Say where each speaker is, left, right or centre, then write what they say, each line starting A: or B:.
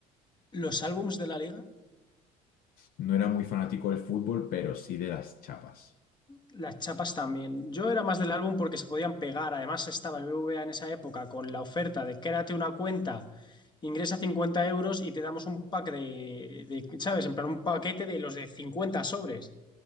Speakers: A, on the left; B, on the left.
A: Los álbums de la liga,
B: No era muy fanático del fútbol, pero sí de las chapas.
A: las chapas también. Yo era más del álbum porque se podían pegar. Además, estaba el BBVA en esa época con la oferta de créate una cuenta, ingresa 50 euros y te damos un pack de, de, ¿sabes? En plan, un paquete de los de cincuenta sobres.